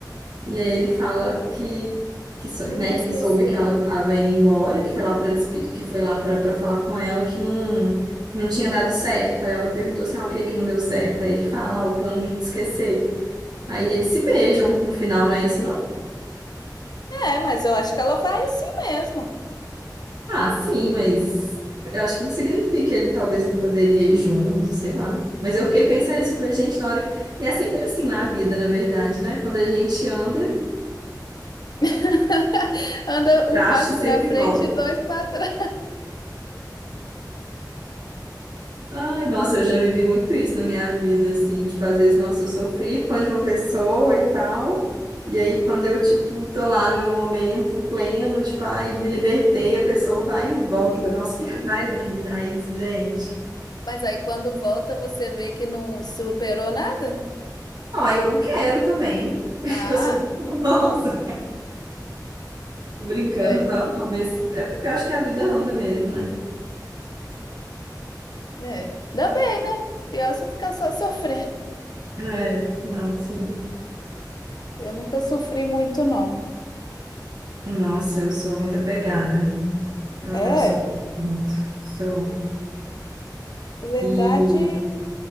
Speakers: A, on the right (about 65°); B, on the left (about 65°).
A: e aí ele fala que que, sou-
B: nunca
A: né,
B: esqueceu.
A: que soube que ela tava indo embora, que foi lá para despedir, que foi lá para falar com ela que não que não tinha dado certo. Aí ela perguntou assim: "Ah, o que que não deu certo?" Aí ele fala: "Ah, o plano de te esquecer". Aí eles se beijam no final, não é isso
B: É, mas eu acho que ela vai assim mesmo.
A: Ah, sim, mas eu acho que não significa que ele talvez não poderia ir junto, sei lá. Mas eu fiquei pensando nisso, eu falei, gente, na hora que... E é sempre assim na vida, na verdade, né? Quando a gente anda,
B: <laughs> Anda
A: o traste
B: um passo
A: sempre
B: pra frente
A: volta.
B: e dois pra trás.
A: Ai, nossa, eu já vivi muito isso na minha vida, assim. Tipo, às vezes, nossa, eu sofri por causa de uma pessoa e tal. E aí, quando eu, tipo, tô lá no meu momento pleno, tipo, ai, me libertei, a pessoa vai e volta. Nossa, que raiva que me dá isso, gente.
B: Mas aí quando volta, você vê que não superou nada?
A: Não, aí eu não quero também, <laughs>
B: Ah,
A: porque eu sou muito <laughs> nossa. Tô brincando,
B: É,
A: claro, não, mas é porque eu acho que a vida anda mesmo, né?
B: é. Dá bem, né? Pior se eu ficar só sofrendo.
A: É, não, sim.
B: Eu nunca sofri muito, não.
A: Nossa, eu sou muito apegada. Eu
B: É,
A: acabo sofrendo muito. Sou.
B: na verdade,
A: E.